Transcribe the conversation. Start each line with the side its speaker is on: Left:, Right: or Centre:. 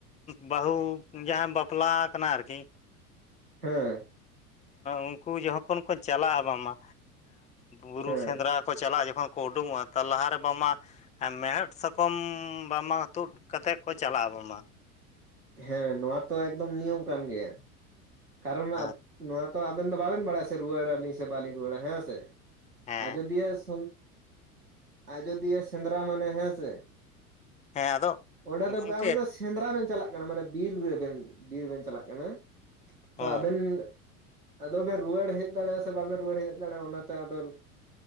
Left: ᱵᱟᱹᱦᱩ ᱡᱟᱦᱟᱭ ᱵᱟᱯᱞᱟ ᱠᱟᱱᱟᱭ ᱟᱨᱠᱤ
Right: ᱦᱮᱸ
Left: ᱩᱱᱠᱩ ᱡᱚᱠᱷᱚᱱ ᱠᱚ ᱪᱟᱞᱟᱜᱼᱟ ᱵᱟᱝᱟ ᱵᱩᱨᱩ
Right: ᱦᱮᱸ
Left: ᱥᱮᱸᱫᱽᱨᱟ ᱠᱚ ᱪᱟᱞᱟᱜᱼᱟ ᱡᱚᱠᱷᱚᱱ ᱠᱚ ᱩᱰᱩᱝᱚᱜᱼᱟ ᱛᱟᱨ ᱞᱟᱦᱟᱨᱮ ᱵᱟᱝᱢᱟ ᱦᱮᱸ ᱢᱮᱲᱦᱮᱫ ᱥᱟᱠᱚᱢ ᱵᱟᱝ ᱢᱟ ᱛᱩᱫ ᱠᱟᱛᱮᱛ ᱠᱚ ᱪᱟᱞᱟᱜᱼᱟ ᱵᱟᱝᱢᱟ
Right: ᱦᱮᱸ ᱱᱚᱣᱟ ᱛᱚ ᱮᱠᱫᱚᱢ ᱱᱤᱭᱚᱢ ᱠᱟᱱ ᱜᱮᱭᱟ ᱠᱟᱨᱚᱱ
Left: ᱦᱮᱸ
Right: ᱱᱚᱣᱟ ᱛᱚ ᱟᱵᱮᱱ ᱫᱚ ᱵᱟᱵᱮᱱ ᱵᱟᱲᱟᱭᱟ ᱥᱮ ᱨᱩᱣᱟᱹᱲ ᱟᱹᱞᱤᱧ ᱥᱮ ᱵᱟᱞᱤᱧ ᱨᱩᱣᱟᱹᱲᱟ ᱦᱮᱸ ᱥᱮ
Left: ᱦᱮᱸ
Right: ᱟᱡᱚᱫᱤᱭᱟᱹ ᱥ ᱟᱡᱚᱫᱤᱭᱟᱹ ᱥᱮᱸᱫᱽᱨᱟ ᱢᱟᱱᱮ ᱦᱮᱸ ᱥᱮ
Left: ᱦᱮᱸ ᱟᱫᱚ
Right: ᱚᱸᱰᱮ
Left: ᱜᱚᱢᱠᱮ
Right: ᱫᱚ ᱟᱵᱮᱱ ᱫᱚ ᱥᱮᱸᱫᱽᱨᱟ ᱵᱮᱱ ᱪᱟᱞᱟᱜ ᱠᱟᱱᱟ ᱢᱟᱱᱮ ᱵᱤᱨ ᱨᱮᱵᱮᱱ ᱵᱤᱨ ᱵᱮᱱ ᱪᱟᱞᱟᱜ ᱠᱟᱱᱟ ᱛᱚ
Left: ᱦᱳᱭ
Right: ᱟᱵᱮᱱ ᱟᱫᱚ ᱵᱮᱱ ᱨᱩᱣᱟᱹᱲ ᱦᱮᱡ ᱫᱟᱲᱮᱭᱟᱜᱼᱟ ᱥᱮ ᱵᱟᱵᱮᱱ ᱨᱩᱣᱟᱹᱲ ᱦᱮᱡ ᱫᱟᱲᱮᱭᱟᱜᱼᱟ ᱚᱱᱟᱛᱮ ᱟᱫᱚ